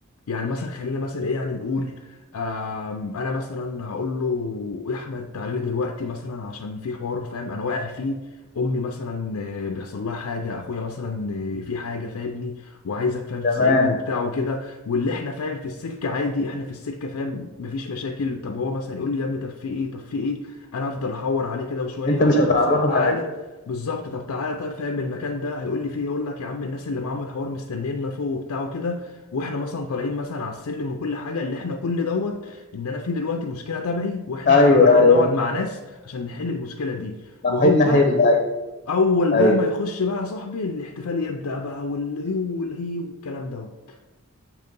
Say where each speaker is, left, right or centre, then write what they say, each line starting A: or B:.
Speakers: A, on the left; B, on the left.
A: يعني مثلا خلينا مثلا ايه يعني نقول آم، انا مثلا هقول له يا احمد تعالى لي دلوقتي مثلا عشان في حوار فاهم انا واقع فيه امي مثلا آه، بيحصل لها حاجه اخويا مثلا آه، في حاجه فاهمني وعايزك فاهم تساعدني
B: تمام
A: وبتاع وكده واللي احنا فاهم في السكه عادي احنا في السكه فاهم مفيش مشاكل طب هو مثلا يقول لي يا ابني طب في ايه طب في ايه انا هفضل احور عليه كده وشويه
B: انت
A: اقول
B: مش هتعرفه
A: له بس طب تعالى
B: حاجه
A: بالظبط طب تعالى طيب فاهم المكان ده هيقول لي فيه يقول لك يا عم الناس اللي معاهم الحوار مستنينا فوق وبتاع وكده واحنا مثلا طالعين مثلا على السلم وكل حاجه اللي احنا كل دوت ان انا في دلوقتي مشكله تبعي واحنا
B: ايوه
A: رايحين
B: ايوه
A: نقعد مع ناس عشان نحل المشكله دي وهوبا
B: حل حل ايوه
A: اول
B: ايوه
A: بقى ما يخش بقى صاحبي الاحتفال يبدا بقى والهي والهي والكلام دوت